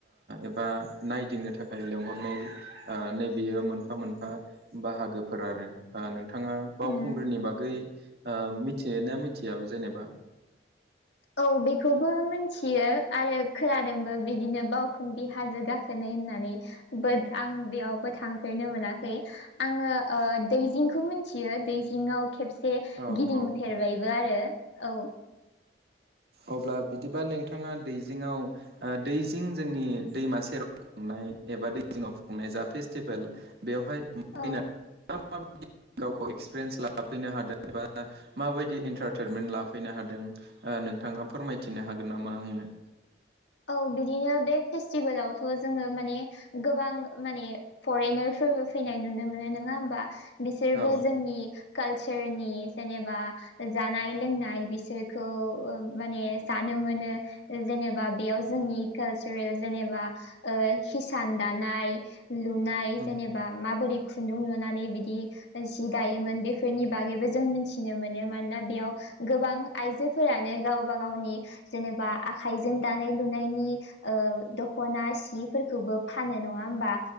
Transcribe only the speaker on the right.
एबा नायदिंनो थाखाय लेंंहरनाय नै बियो मोनफा मोनफा बाहागोफोर आरो नोंथाङा बावखुंग्रिनि
बागै मिथियो ना मिथिया जेनेबा
औ
औ
अब्ला बिदिबा नोंथाङा दैजिङाव दैजिं जोंनि दैमा सेराव एबा दै जिङाव खुंनाय जा फेस्टिभेल बेवहाय
फैनानै माबायदि गावखौ एक्सपिरियेन्स लाफैनो हादों एबा माबायदि एन्टारटइमेन्ट लाफैनो हादों ओ नोंथाङा फोरमायथिनो हागोन नामा आंनो
औ
उम